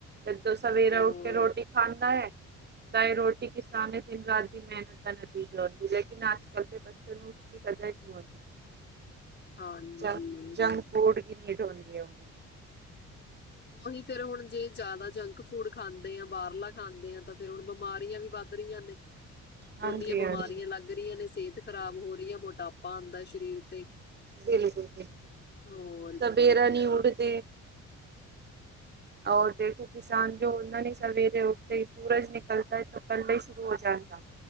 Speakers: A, on the right (about 35°); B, on the left (about 35°).
A: ਜਦੋ ਸਵੇਰਾ
B: ਹੋਰ
A: ਉੱਠ ਕੇ ਰੋਟੀ ਖਾਂਦਾ ਹੈ। ਤਾਂ ਇਹ ਰੋਟੀ ਕਿਸਾਨ ਨੇ ਦਿਨ ਰਾਤ ਦੀ ਮਿਹਨਤ ਦਾ ਨਤੀਜਾ ਹੁੰਦੀ, ਲੇਕਿਨ ਅੱਜ ਕੱਲ ਦੇ ਬੱਚੇ ਨੂੰ ਕਦਰ ਨੀ ਹੁੰਦੀ।
B: ਹਾਂਜੀ
A: ਜੰਕ-ਜੰਕ ਫੂਡ ਕੀ ਨੀਡ ਹੋਂਦੀ ਹੈ ਓਹਨੂੰ।
B: ਉਹੀ ਫੇਰ, ਹੁਣ ਜੇ ਜ਼ਿਆਦਾ ਜੰਕ ਫੂਡ ਖਾਂਦੇ ਆਂ, ਬਾਹਰਲਾ ਖਾਂਦੇ ਆਂ ਤਾਂ ਫੇਰ ਹੁਣ ਬਿਮਾਰੀਆਂ ਵੀ ਵੱਧ ਵੱਧ ਰਹੀਆਂ ਨੇ,
A: ਹਾਂਜੀ
B: ਓਨੀਆਂ ਬਿਮਾਰੀਆਂ
A: ਹਾਂਜੀ
B: ਲੱਗ ਰਹੀਆਂ ਨੇ ਸਿਹਤ ਖਰਾਬ ਹੋ ਰਹੀ ਹੈ, ਮੋਟਾਪਾ ਆਉਂਦਾ ਸ਼ਰੀਰ ਤੇ।
A: ਬਿਲਕੁਲ ਬਿਲ।
B: ਮੋਰ।
A: ਸਵੇਰਾ ਨਹੀ ਉੱਡਦੇ। ਔਰ ਦੇਖੋ, ਕਿਸਾਨ ਜੋ ਹੁੰਦਾ ਨਹੀਂ ਸਵੇਰੇ ਉੱਠਤੇ ਹੀ ਸੂਰਜ ਨਿਕਲਦਾ ਹੈ ਤੋਂ ਕੱਲਾ ਹੀ ਸ਼ੁਰੂ ਹੋ ਜਾਂਦਾ।